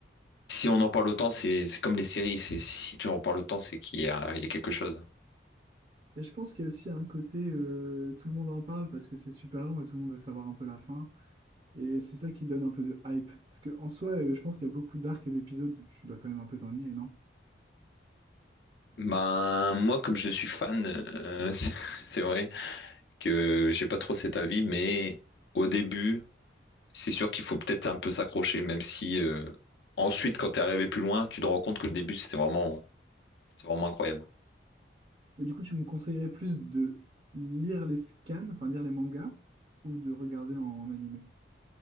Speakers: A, on the left (about 65°); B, on the right (about 35°).
A: si on en parle autant, c'est c'est comme les séries, c'est si tu en parles autant, c'est qu'il y a, il y a quelque chose.
B: Et je pense qu'il y a aussi un côté, euh, tout le monde en parle parce que c'est super long et tout le monde veut savoir un peu la fin. Et c'est ça qui donne un peu de hype. Parce que en soi, euh, je pense qu'il y a beaucoup d'arcs et d'épisodes où tu dois quand même un peu t'ennuyer, non?
A: Ben moi comme je suis fan, euh, <laughs> c'est c'est vrai. que j'ai pas trop cet avis, mais au début, c'est sûr qu'il faut peut-être un peu s'accrocher, même si euh, ensuite, quand t'es arrivé plus loin, tu te rends compte que le début, c'était vraiment, c'était vraiment incroyable.
B: Mais du coup, tu me conseillerais plus de lire les scans, enfin lire les mangas, ou de regarder en, en animé.